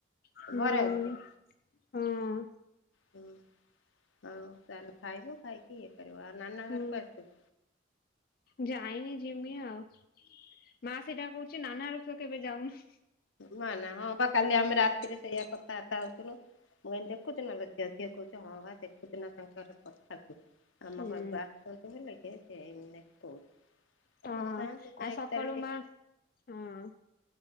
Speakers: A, on the left; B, on the left.
A: ହୁଁ
B: ଘରେ ଅଛି?
A: ହଁ।
B: ହୁଁ ହଉ ତାହେଲେ ଖାଇବ ଖାଇକି ଇଏ କରିବ ଆଉ ନାନା
A: ହୁଁ
B: ଘରକୁ ଆସିବୁ।
A: ଯାଇନି ଯିମି ଆଉ ମା ସେଇଟା କହୁ ଛି ନାନା ରପ କେବେ ଯାଉନୁ?
B: ନାନା ହଁ ବା କାଲି ଆମେ ରାତିରେ ସେଇଆ କଥାବାର୍ତା ହଉଥିଲୁ। ମୁଁ କହିଲି ଦେଖୁଛୁ ନା ଝିଅ ଝିଅ କହୁଛି ହଁ ବା ଦେଖୁଛି ନା ତାଙ୍କର କଥାକୁ। ଆମ
A: ହୁଁ
B: ଘରକୁ ଆସନ୍ତୁ ବୋଲିକି ସେ ଏମିତି କହୁ
A: ହଁ
B: କହୁଥାନ୍ତୁ ତ
A: ଆ
B: ଏକ
A: ସକାଳୁ
B: ତାରିଖ
A: ମା ହଁ।